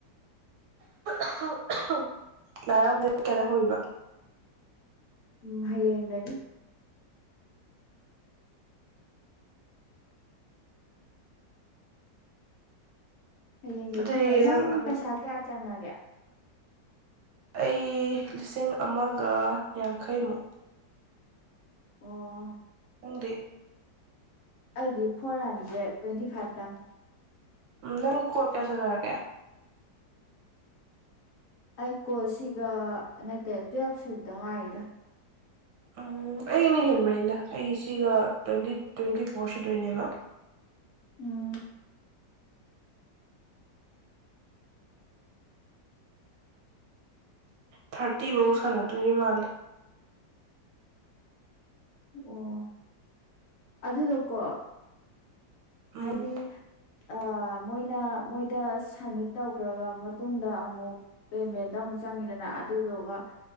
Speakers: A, on the right (about 75°); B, on the left (about 60°).
A: ꯑꯍꯨ ꯑꯍꯨ ꯂꯥꯏ ꯍꯔꯥꯎꯗꯦ꯫ ꯀꯦꯜꯍꯧꯔꯤꯕ
B: ꯎꯝ ꯍꯌꯦꯡꯗꯒꯤ꯫ ꯍꯌꯦꯡꯗꯒꯤ
A: ꯑꯗꯨꯗꯤ
B: ꯍꯧꯋꯦ ꯅꯪ
A: ꯑꯗꯨꯝ
B: ꯄꯩꯁꯥ ꯀꯌꯥ ꯆꯪꯉꯒꯦ꯫
A: ꯑꯩ ꯂꯤꯁꯤꯡ ꯑꯃꯒ ꯌꯥꯡꯈꯩꯃꯨꯛ꯫
B: ꯑꯣ꯫
A: ꯅꯪꯗꯤ꯫
B: ꯑꯩꯗꯤ ꯐꯣꯔ ꯍꯟꯗ꯭ꯔꯦꯠ ꯇ꯭ꯋꯦꯟꯇꯤ ꯐꯥꯏꯕꯇꯪ꯫
A: ꯎꯝ ꯅꯪ ꯀꯣꯜ ꯀꯌꯥ ꯁꯥꯟꯅꯔꯒꯦ꯫
B: ꯑꯩ ꯀꯣꯜ ꯁꯤꯒ ꯅꯠꯇꯦ ꯇꯨꯌꯦꯞ ꯁꯨꯕꯗ ꯉꯥꯏꯔꯤꯗ꯫
A: ꯎꯝ ꯑꯩꯩꯅ ꯍꯦꯟꯕꯩꯅꯦꯗ ꯑꯩ ꯁꯤꯒ ꯇ꯭ꯋꯦꯟꯇꯤ ꯇ꯭ꯋꯦꯟꯇꯤ ꯐꯣꯔ ꯁꯨꯗꯣꯏꯅꯦꯕ꯫
B: ꯎꯝ꯫
A: ꯊꯥꯔꯇꯤꯕꯧ ꯁꯥꯟꯅꯗꯣꯏ ꯃꯥꯥꯜꯂꯦ꯫
B: ꯑꯣ ꯑꯗꯨꯗꯣ ꯀꯣ
A: ꯎꯝ
B: ꯍꯥꯏꯗꯤ ꯑ ꯃꯣꯏꯅ ꯃꯣꯏꯗ ꯁꯝꯃꯤꯠ ꯇꯧꯒ꯭ꯔꯕ ꯃꯇꯨꯡꯗ ꯑꯃꯨꯛ ꯄꯦꯃꯦꯟꯗ ꯑꯃꯨꯛ ꯆꯪꯉꯤꯗꯅ ꯑꯗꯨꯗꯨꯒ